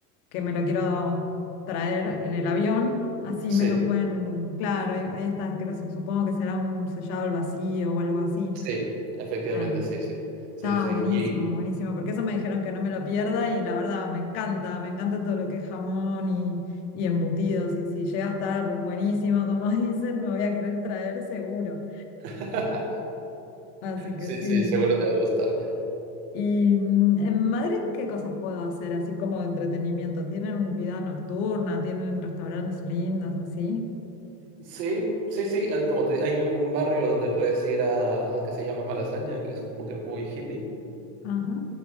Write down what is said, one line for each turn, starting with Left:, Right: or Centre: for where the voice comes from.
Left: que me lo quiero traer en el avión, así me
Right: Sí,
Left: lo pueden, claro, ahí, ahí está, creo- su- supongo que será un sellado al vacío o algo así,
Right: sí, efectivamente,
Left: claro.
Right: sí, sí.
Left: Está
Right: Sí, sí, sí.
Left: buenísimo,
Right: Y...
Left: buenísimo, porque eso me dijeron que no me lo pierda y la verdad me encanta, me encanta todo lo que es jamón y, y embutidos y si llega a estar buenísimo, como <laughs> dicen, me voy a querer traer seguro.
Right: <laughs>
Left: Así que
Right: Sí,
Left: sí.
Right: sí, seguro te va a gustar.
Left: ¿Y mm, en Madrid qué cosas puedo hacer así como de entretenimiento? ¿Tienen vida nocturna? ¿Tienen restaurantes lindos así?
Right: Sí, sí, sí. Hay, como te- hay un barrio donde puedes ir a, a que se llama Malasaña, que es como que muy hippie.
Left: Ajá,